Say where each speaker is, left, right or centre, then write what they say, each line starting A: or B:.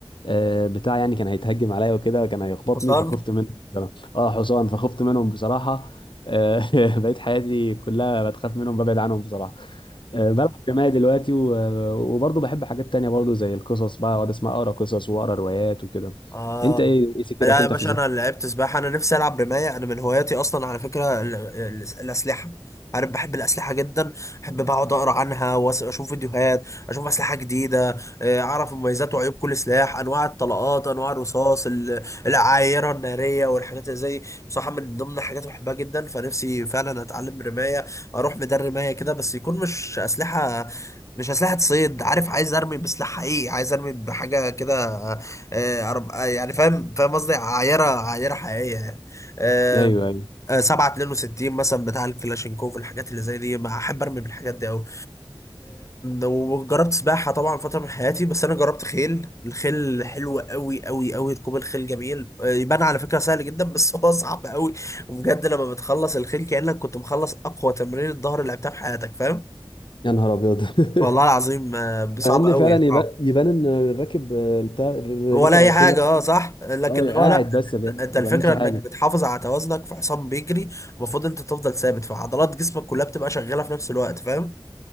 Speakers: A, on the left; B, on the left.
A: آه، بتاع يعني كان هيتهجم عليا وكده وكان هيخبطني
B: حصان
A: فخفت منه بصراحه اه حصان فخفت منهم بصراحه آه، <laughs> بقيت حياتي كلها بتخاف منهم ببعد عنهم بصراحه آه، بلعب رمايه دلوقتي و- وبرضه بحب حاجات تانية برضه زي القصص بقى اقعد اسمع اقرا قصص واقرا روايات وكده
B: اه
A: انت ايه إيه سكتك
B: لا
A: انت
B: يا باشا
A: في سكتك
B: انا لعبت سباحه انا نفسي العب رمايه انا من هواياتي اصلا على فكره ال- ال- الاسلحه عارف بحب الاسلحه جدا بحب بقعد اقرا عنها واشوف فيديوهات اشوف اسلحه جديده آه، اعرف مميزات وعيوب كل سلاح انواع الطلقات انواع الرصاص ال- العايره الناريه والحاجات اللي زي بصراحه من ضمن الحاجات اللي بحبها جدا فنفسي فعلا اتعلم رمايه اروح ميدان رمايه كده بس يكون مش اسلحه مش اسلحه صيد عارف عايز ارمي بسلاح حقيقي عايز ارمي بحاجه كده آه، أرب... آه، يعني فاهم فاهم قصدي عايره عايره حقيقيه يعني آه،
A: ايوه ايوه
B: آه، 7 62 مثلا بتاع الكلاشينكوف الحاجات اللي زي دي ما احب ارمي بالحاجات دي قوي وجربت سباحه طبعا فتره من حياتي بس انا جربت خيل الخيل حلو قوي قوي قوي ركوب الخيل جميل آه، يبان على فكره سهل جدا بس هو <laughs> صعب قوي وبجد لما بتخلص الخيل كانك كنت مخلص اقوى تمرين الظهر اللي لعبتها في حياتك فاهم
A: يا نهار ابيض
B: والله
A: <laughs>
B: العظيم آه، صعب
A: مع ان
B: قوي
A: فعلا
B: صعب
A: يبان يبان ان الراكب آه، بتاع اللي
B: ولا
A: بيركب
B: اي
A: على الخيل
B: حاجه اه صح لكن
A: اه
B: هو
A: قاعد
B: لا
A: بس بي-
B: انت
A: ما
B: الفكره
A: بيعملش حاجه
B: انك بتحافظ على توازنك في حصان بيجري المفروض انت تفضل ثابت فعضلات جسمك كلها بتبقى شغاله في نفس الوقت فاهم